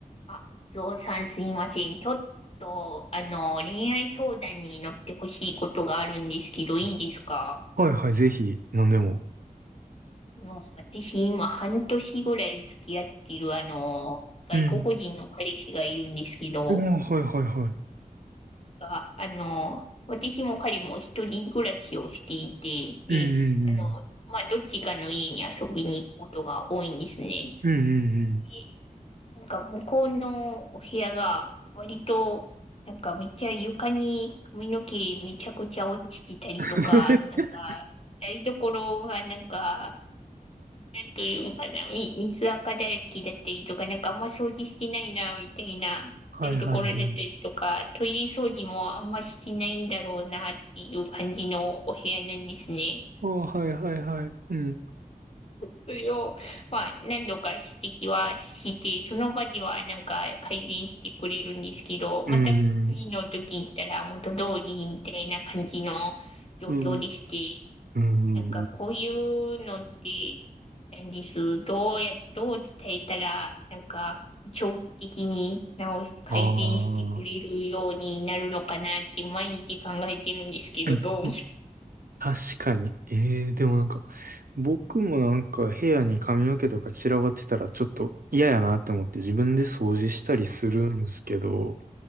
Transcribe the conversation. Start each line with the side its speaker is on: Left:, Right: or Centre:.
Left: あ、ゾウさんすいません。ちょっと、あの、恋愛相談に乗ってほしいことがあるんですけど、いいですか
Right: あはいはい、ぜひ、何でも。
Left: あの、私今半年ぐらい付き合っている、あの、外国人の彼氏がいるんですけど、
Right: うん。あはいはいはい。
Left: が、あの、私も彼も一人暮らしをしていて、で、
Right: うんうんうん。
Left: あの、まあ、どっちかの家に遊びに行くことが多いんですね。
Right: うんうんうん。
Left: でなんか向こうのお部屋が割となんかめっちゃ床に髪の毛めちゃくちゃ落ちてたりとか、
Right: <laughs>
Left: なんか台所がなんか、なんというんかな、み、水垢だらけだったりとか、なんかあんま掃除してないな、みたいな台所だったりとか、
Right: はいはいはい。
Left: トイレ掃除もあんましてないんだろうなっていう感じのお部屋なんですね。
Right: あはいはいはい。うん。
Left: それを、まあ、何度か指摘はして、その場ではなんか改善してくれるんですけど、
Right: うんうん。
Left: また次の時に行ったら元通りみたいな感じの状況でして、
Right: うん。うん
Left: なんかこういうのって何です。どうや、どう伝えたら、なんか長期的に直して改善してくれるようになるのかなって毎日考えてるんですけど、
Right: ああー。<laughs>
Left: どう思います
Right: 確かに。ええーでもなんか、僕もなんか部屋に髪の毛とか散らばってたらちょっと嫌やなって思って自分で掃除したりするんですけど、
Left: うん